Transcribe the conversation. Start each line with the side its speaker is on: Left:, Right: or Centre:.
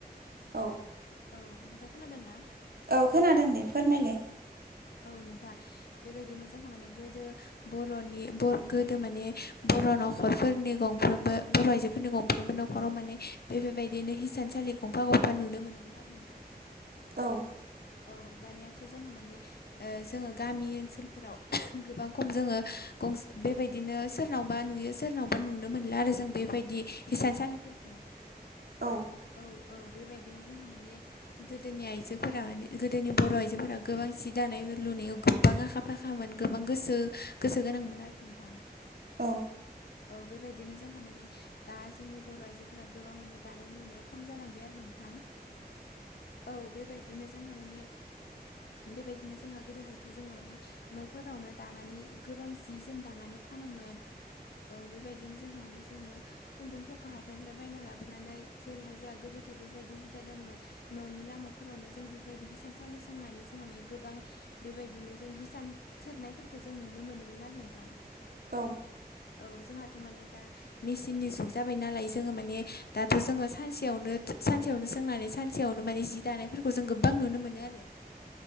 Right: औ
Left: औ नोंथां खोनादोंना?
Right: औ खोनादों दे फोरमायलाय
Left: औ नोंथां बेबायदिनो जोंहा माने गोदो बर'नि बर गोदो माने बर' न'खरफोरनि गंफ्रोमबो बर' आइजोफोरनि गंफ्रोमबो नखर न'खराव माने बेफोरबायदिनो हिसानसालि गंफा गंफा नुनो मोनोमोन आरो नोंथां
Right: औ
Left: औ दानियाथ' जोंहा मानि जोङो गामि ओनसोलफोराव गोबां खम जोङो गंसे बेबायदिनो सोरनावबा नुयो सोर सोरनावबा नुनो मोनला आरो जों बेबायदि हिसानसालिफोरखौ
Right: औ
Left: औ औ बेबायदिनो जोंहा माने गोदोनि आइजोफोरा माने गोदोनि बर' आइजोफोरा गोबां सि दानाय लुनायाव गोबां आखा फाखामोन गोबां गोसो गोसो गोनांमोन आरो नोंथां
Right: औ
Left: औ बेबायदिनो जोंहा माने दा जोंनि बर' आइजोफोरा गोबां माने दानाय लुनाया खम जालांबाय आरो नोंथां
Right: <inaudible>
Left: औ बेबायदिनो जोंहा माने बेबायदिनो जोंहा गोदोहायथ' जोङो माने न'फोरावनो दानानै गोबां जि जोम दानानै फानोमोन औ बेबायदिनो जोंहा माने जोङो खुन्दुंफोरखौ हाथाइनिफ्राय बायना लाबोनानै जेरैहाय जोंहा गोदोथ' बेबायदि हुदा दङमोन न'नि लामाफोरावनो जों बेफोरबायदि हिसानसाालि सोंनानै जोंहा माने गोबां बेबायदिनो जों हिसान थोरनायफोरखौ जों नुनो मोनोमोन आरो नोंथां।
Right: औ
Left: औ जोंहाथ' माने दा मेसिननि जुग जाबाय नालाय जोङो माने दाथ' जोङो सानसेयावनो-सानसेयावनो सोंनानै सानसेयावनो माने जि दानायफोरखौ जों गो बां नुनो मोनो आरो